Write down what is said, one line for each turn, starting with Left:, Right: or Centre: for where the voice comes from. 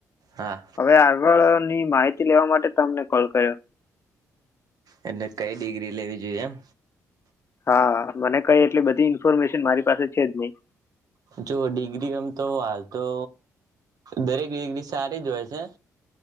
Right: હા
Left: હવે આગળ ન ની માહિતી લેવા માટ તમને કોલ કર્યો <inaudible>
Right: એટલે કઈ ડિગ્રી લેવી જોઈએ એમ.
Left: હા મને કઈ એટલી બધી ઇન્ફોર્મેશન મારી પાસે છે જ નઈ.
Right: જો ડિગ્રી એમ તો આલ તો દરેક વેગવી સારી જ હોય છે.